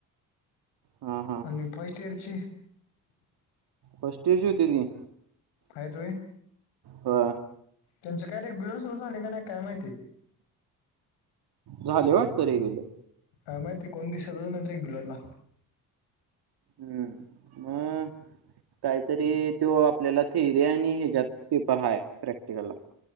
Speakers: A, on the right; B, on the left.
A: ह हा.
B: ही फस्ट इअरची
A: फस्ट इअरची होतीत ही
B: आहेत होय.
A: ह.
B: त्यांचे काय रेग्युलर सुरू झाले का नाही काय माहिती?
A: झालंय वाटतं रेग्युलर
B: आ माहिती कोण दिसतच नाहीत रेग्युलरला
A: हम्म मग काहीतरी तो आपल्याला थिअरी आणि ह्याच्यात पेपर हाय प्रॅक्टिकलला